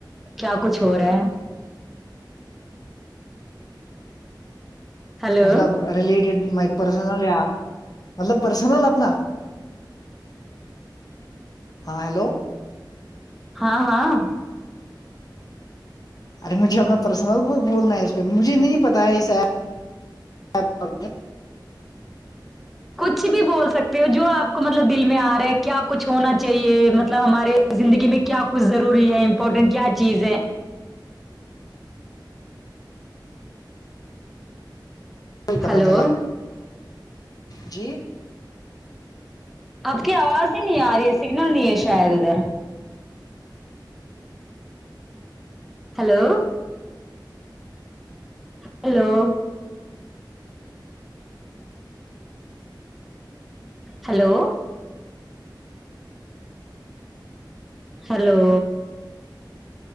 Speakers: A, in the centre; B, on the left.
A: کیا کچھ ہو رہا ہے ہلو
B: مطلب ریلیٹڈ مائی پرسنل یہ مطلب پرسنل اپنا ہاں ہیلو
A: ہاں ہاں
B: ارے مجھے اپنا پرسنل بھولنا ہے اس پہ مجھے نہیں پتہ ہے اس ایپ
A: کچھ بھی بول سکتے ہو جو آپ کو مطلب دل میں آرہے ہے کیا کچھ ہونا چاہیے مطلب ہمارے زندگی میں کیا کچھ ضروری ہے امپورٹنٹ کیا چیز ہے
B: پتہ
A: ہلو
B: چلا جی
A: آپ کی آواز ہی نہیں آ رہی ہے سگنل نہیں ہے شاید ادھر ہیلو ہیلو ہیلو ہیلو